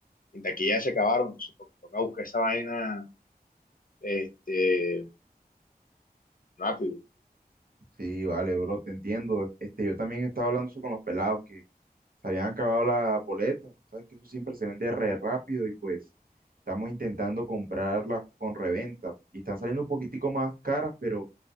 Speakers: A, on the left; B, on the right.
A: en taquilla ya se acabaron, entonces to- toca buscar esa vaina, este, rápido.
B: Sí, vale, bro, te entiendo. Este, yo también estaba hablando eso con los pelados, que se habían acabado las boletas, sabes que eso siempre se vende re rápido y pues estamos intentando comprarlas con reventa y están saliendo un poquitico más caras, pero